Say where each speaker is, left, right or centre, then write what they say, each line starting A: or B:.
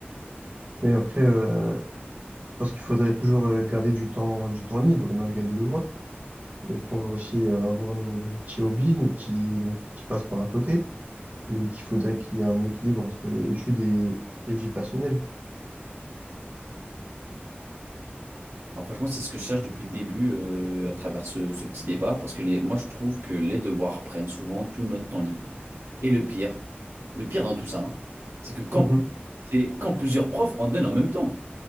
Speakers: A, on the right; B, on the right.
A: Mais après, euh, je pense qu'il faudrait toujours euh, garder du temps, du temps libre malgré les devoirs. Et qu'on doit aussi euh, avoir nos, nos petits hobbies, nos petits, nos petits passe-temps à côté. Et qu'il faudrait qu'il y ait un équilibre entre études et, et vie personnelle.
B: Alors franchement, c'est ce que je cherche depuis le début euh, à travers ce, ce petit débat, parce que les, moi je trouve que les devoirs prennent souvent tout notre temps libre. Et le pire, le pire dans tout ça, hein, c'est que quand,
A: Mhm.
B: c'est quand plusieurs profs en donnent en même temps,